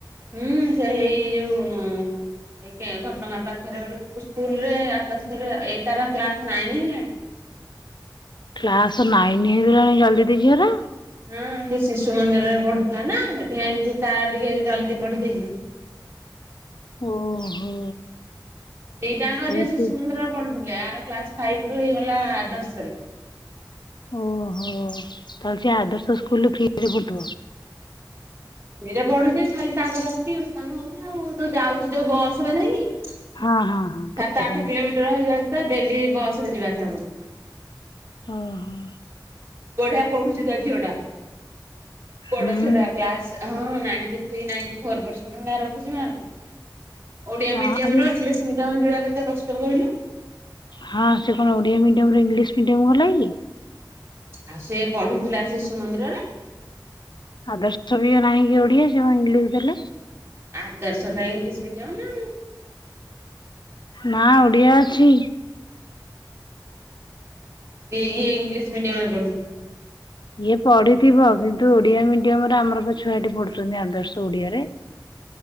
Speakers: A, on the right; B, on the left.
A: ହୁଁ ସେ ଏଇ ଯୋଉ ଘଟ ଗାଁ ପାଖରେ ଗୋଟ ସ୍କୁଲରେ ଆଦର୍ଶରେ ଏଇ ତାର କ୍ଲାସ ନାଇନ୍ ହେଲାଣି
B: କ୍ଲାସ ନାଇନ୍ ହେଲାଣି ଜଲ୍ ଦିଦି ଝିଅର?
A: ହୁଁ ସେ ଶିଶୁ ମନ୍ଦିରରେ ପଡୁଥିଲା ନା ସେଥି ଲାଗି ତାର ଟିକେ ଜଲଦି ପଢ଼ି ଦେଇଛି।
B: <inaudible> ଓହୋ
A: ଦିଟାଙ୍କ
B: ତାହେଲେ
A: ଝିଅ ଶିଶୁ
B: ସେ
A: ମନ୍ଦିରରେ ପଢୁଥିଲେ ଆର କ୍ଲାସ୍ ଫାଇବ ରୁ ହେଇଗଲା ଆଦର୍ଶ ରେ।
B: ଓହୋ ତାହେଲେ ସେ ଆଦର୍ଶ ସ୍କୁଲରେ ଫି ରେ ପଢୁଥିବ
A: ଫ୍ରିରେ ପଡୁଛି ଖାଲି ତାଙ୍କର ଟିଉସନ ହଉଛି ଆଉ ଯୋଉ ଯାଉଛି ଯୋଉ ବସ ରେ ନାଇଁ ସାତ
B: ହଁ ହଁ ହଁ ପଢୁଛନ୍ତି
A: ଆଠ କିଲୋମିଟର ହେଇଯାଉଛି ତ ଡେଲି ବସ୍ ରେ ଯିବା ଆସିବା କରୁଛି
B: ଅ ହ।
A: ବଢିଆ ପଢୁଛି ତା ଝିଅଡା ବଡ
B: ହୁଁ
A: ଝିଅଟା କ୍ଲାସ ହଁ ninety three ninety four percent ଭଳିଆ ରଖୁଚି ମାର୍କ। ଓଡିଆ
B: ହଁ
A: ମିଡିୟମ
B: ଆରେ
A: ରୁ ଇଂଲିଶ୍ ମିଡିୟମ ଯିବା କେତେ କଷ୍ଟ କହିଲୁ।
B: ହଁ ସେ କଣ ଓଡିଆ ମିଡିୟମ ରୁ ଇଂଲିଶ ମିଡିୟମ ଗଲା କି?
A: ଆଉ ସେ ପଢୁଥିଲା ଶିଶୁ ମନ୍ଦିରରେ।
B: ଆଦର୍ଶ ବି ଇଏ ନାହିଁ କି ଓଡିଆ ସେ କଣ ଇଂଲିଶ ଦେଲେ।
A: ଆଦର୍ଶ ତ ଇଂଲିଶ ମିଡିୟମ। ଆଉ।
B: ନା ଓଡିଆ ଅଛି।
A: ସେ ଇ ଇଂଲିଶ ମିଡିୟମରେ ପଢୁ
B: ଇଏ ପଢିଥିବ କିନ୍ତୁ ଓଡିଆ ମିଡିୟମ ରେ ଆମର ବା ଛୁଆ ଏଠି ପଢୁଛନ୍ତି ଆଦର୍ଶ ଓଡିଆରେ।